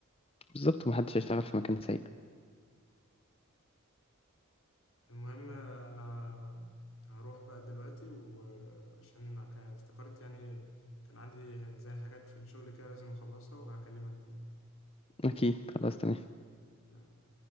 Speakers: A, on the left; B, on the left.
A: بالظبط ومحدش هيشتغل في مكان سيء
B: المهم آه، انا هروح بقى دلوقتي وعشان كان- افتكرت يعني كان عندي زي حاجات في الشغل كده لازم اخلصها وهكلمك تاني
A: اكيد خلاص تمام
B: تمام